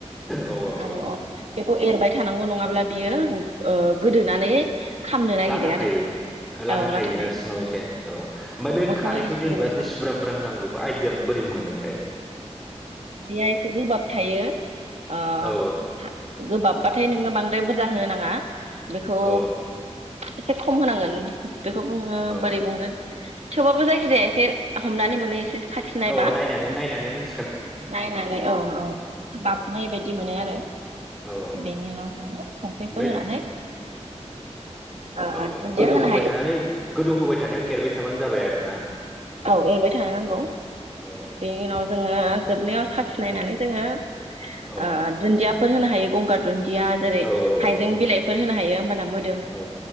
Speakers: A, in the centre; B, on the right (about 65°).
A: औ
B: ओ
A: औ
B: अ बेखौ एरबाय थानांगौ नङाब्ला बियो ओ गोदोनानै खामनो नागिरो
A: लाथा खायो।
B: आरो
A: ओ लाथा
B: औ
A: खायोना
B: खायो
A: सिङाव एसे औ ओमफाय बे
B: बेखौ
A: खारैखौ
B: एसे
A: जेनेबा
B: एरबाय थानांगौ
A: बेसे बुरजा बुरजा होनांगौ बेख खौ आयदिया बोरै मोनोथाय
B: अ खारदैया एसे गोबाब थायो ओ
A: औ
B: खा गोबाबबाथाय नोङो बांद्राय बुरजा होनो नाङा बेखौ
A: औ
B: एसे खम होनांगोन बेखौ बुङो
A: औ
B: बोरै बुंगोन थेवबाबो जायखिजाया एसे हमनानै मोनो एसे साखिनायबा
A: औ नायनानै नायनानै मोन
B: नायनानै औ औ
A: औ
B: बाबनाय बायदि मोनो आरो
A: औ औ
B: बेनि उनाव जोङो संख्रिफोर
A: ओमफ्राय
B: होनानै ओ
A: औ
B: दुन्दिया
A: गोदौ
B: होनो
A: होबाय
B: हायो
A: थानानै गोदौ होबाय थानायाव एरबाय थाबानो जाबाय आरोना
B: औ एरबाय थानो नांगौ
A: औ औ
B: बेनि उनाव जोङो जोबनायाव साखि नायनानै जोङो
A: औ
B: ओ दुन्दियाफोर होनो हायो गंगार दुन्दिया जेरै
A: औ औ
B: हाइजें
A: औ
B: बिलाइफोर होनो हायो होमबाना मो
A: औ